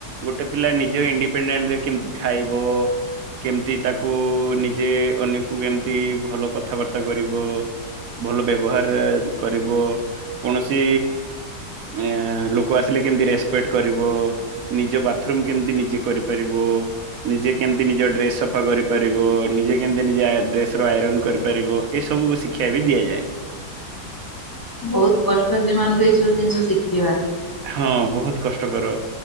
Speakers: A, on the right (about 70°); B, on the left (about 20°).
A: ଗୋଟେ ପିଲା ନିଜେ ଇଣ୍ଡିପେଣ୍ଡେଣ୍ଟରେ କେମିତି ଖାଇବ? କେମିତି ତାକୁ ନିଜେ ଅନ୍ୟକୁ କେମିତି ଭଲ କଥାବାର୍ତ୍ତା କରିବ ଭଲ ବ୍ୟବହାରେ କରିବ କୌଣସି ଏ ଲୋକ ଆସିଲେ କେମିତି ରେସପେକ୍ଟ କରିବ ନିଜ ବାଥରୁମ କେମିତି ନିଜେ କରିପାରିବ। ନିଜେ କେମିତି ନିଜ ଡ୍ରେସ ସଫା କରିପାରିବ ନିଜେ କେମିତି ନିଜ ଆୟ ଡ୍ରେସର ଆଇରନ୍ କରିପାରିବ ଏ ସବୁ ଶିକ ଶିକ୍ଷା ବି ଦିଆଯାଏ।
B: ବହୁତ କଷ୍ଟ ସେମାନଙ୍କୁ ଏଇ ସବୁ ଜିନିଷ ଶିଖେଇବା।
A: ହଁ ବହୁତ କଷ୍ଟକର।